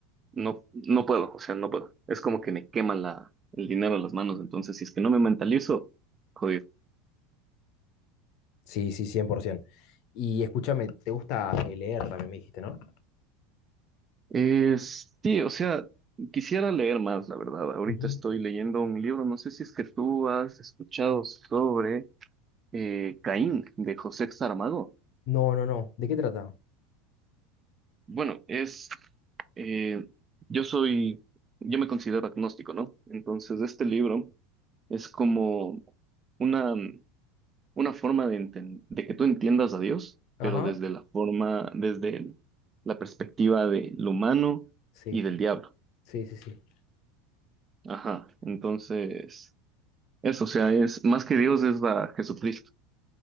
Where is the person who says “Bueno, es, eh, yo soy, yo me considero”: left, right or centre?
Right